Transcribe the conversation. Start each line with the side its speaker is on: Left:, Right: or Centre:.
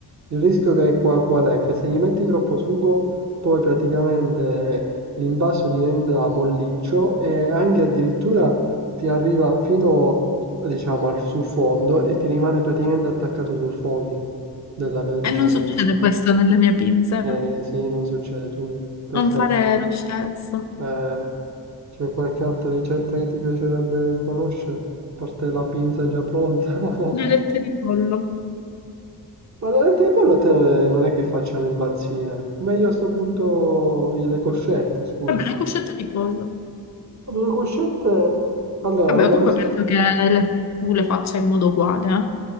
Right: il rischio che qua, qual è? Che se gli metti troppo sugo, poi praticamente l'imbasso diventa molliccio e anche addirittura ti arriva fino, diciamo, al- sul fondo e ti rimane praticamente attaccato sul fondo della, pe- diciamo,
Left: E non succede
Right: della...
Left: questo nelle mie pinze.
Right: Eh sì, non succede, tu... Perfetto.
Left: Non fare lo scelto.
Right: Eh, c'è qualche altra ricetta che ti piacerebbe conoscere? A parte la pinza già pronta. <laughs>
Left: Le alette di pollo.
Right: Ma le alette di pollo a te non è che facciano imbazzire. Meglio a sto punto i- le coscette, scusami.
Left: Vabbè, le coscette di pollo.
Right: Allora, le coscette... Allora,
Left: Vabbè,
Right: una
Left: comunque
Right: vers-
Left: penso che le- tu le faccia in modo uguale, eh?